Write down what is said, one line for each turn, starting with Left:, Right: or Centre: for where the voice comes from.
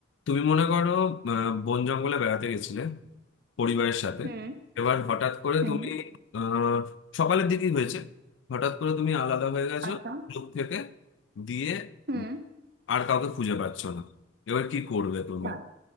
Left: তুমি মনে করো আহ, বন জঙ্গলে বেড়াতে গেছিলে পরিবারের সাথে
Right: হুম
Left: এবার হঠাৎ করে
Right: হুম
Left: তুমি আহ সকালের দিকেই হয়েছে হঠাৎ করে তুমি আলাদা হয়ে গেছো
Right: আচ্ছা
Left: গ্রুপ থেকে দিয়ে
Right: হুম
Left: উম, আর কাউকে খুঁজে পাচ্ছ না এবার কি করবে তুমি
Right: তাই।